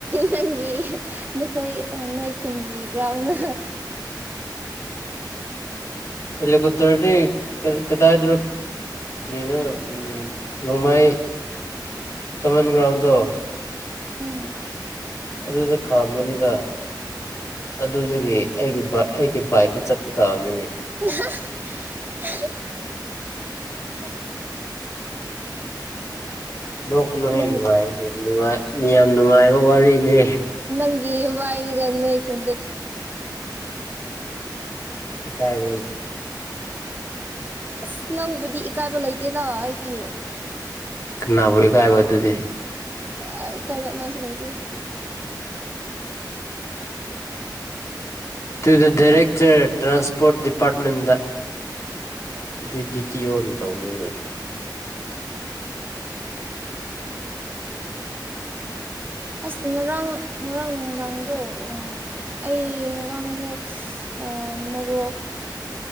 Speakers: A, on the right; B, on the left.
A: ꯅꯪꯒꯤ ꯅꯈꯣꯏ ꯅꯣꯏ ꯈꯨꯟꯒꯤ ꯒ꯭ꯔꯥꯎꯟꯗꯣ
B: ꯏꯂ ꯀꯇ꯭ꯔꯗꯤ ꯀꯗꯥꯏꯗ ꯀꯔꯤꯅꯣ ꯅꯣꯡꯃꯥꯏ ꯀꯃꯟ ꯒ꯭ꯔꯥꯎꯟꯗꯣ
A: ꯎꯝ꯫
B: ꯑꯗꯨꯗ ꯈꯥꯝꯕꯅꯤꯅ ꯑꯗꯨꯗꯒꯤ ꯑꯩꯒꯤ ꯑꯩꯒꯤ ꯕꯥꯏꯛꯇ ꯆꯠꯄ ꯇꯥꯕꯅꯤꯅꯦ꯫
A: ꯑ ꯍ
B: ꯅꯣꯛꯀꯅꯨꯍꯦ
A: ꯅꯪ
B: ꯅꯨꯡꯉꯥꯏꯅꯤ ꯅꯨꯡꯉꯥꯏ ꯌꯥꯝ ꯅꯨꯡꯉꯥꯏꯕ ꯋꯥꯔꯤꯅꯦ
A: ꯅꯪꯒꯤ ꯋꯥꯏꯗꯨꯒ ꯅꯣꯏꯈꯨꯟꯗ <inaudible>
B: ꯇꯥꯏ
A: ꯑꯁ ꯅꯪꯕꯨꯗꯤ ꯏ ꯀꯥꯏꯕ ꯂꯩ ꯂ ꯍꯥꯏꯗꯤꯦ
B: ꯅꯥ ꯐꯣꯏ ꯀꯥꯏ ꯋꯥꯗꯨꯗꯤ
A: ꯑ ꯏꯀꯥꯏꯕ ꯃꯥꯁꯨ ꯂꯩꯇꯦ꯫
B: ꯇꯨ ꯗ ꯗꯥꯏꯔꯦꯛꯇꯔ ꯇ꯭ꯔꯥꯟꯁꯄꯣꯔꯠ ꯗꯤꯄꯥꯔꯠꯃꯦꯟꯗ ꯑꯗꯨ ꯗꯤ ꯇꯤ ꯑꯣꯅ ꯇꯧꯃꯤꯅꯦ꯫
A: ꯑꯁ ꯉꯔꯥꯡ ꯉꯔꯥꯡ ꯅꯨꯡꯗꯥꯡꯗꯣ ꯑ ꯑꯩ ꯉꯔꯥꯡꯗꯣ ꯑ ꯃꯔꯣꯛ